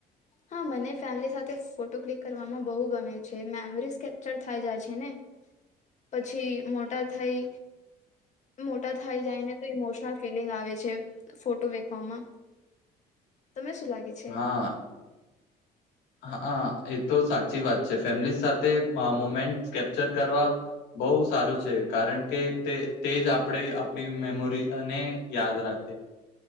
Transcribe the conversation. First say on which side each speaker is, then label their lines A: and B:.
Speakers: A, on the left (about 45°); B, on the left (about 85°).
A: હા મને ફેમિલી સાથે ફોટો ક્લિક કરવામાં બહુ ગમે છે મેમરીઝ કેપ્ચર થાય જાય છે ને પછી મોટા થઈ. મોટા થાય જાય ને તો ઇમોશનલ ફિલિંગ આવે. ફોટો વેખવામાં તમે શું લાગે છે.
B: હા હા એ તો સાચી વાત છે ફેમિલી સાથે મોમેન્ટ કેપ્ચર કરવા બહુ સારું છે કારણ કે તે તે જ આપણે આપણી મેમોરીને યાદ રાખે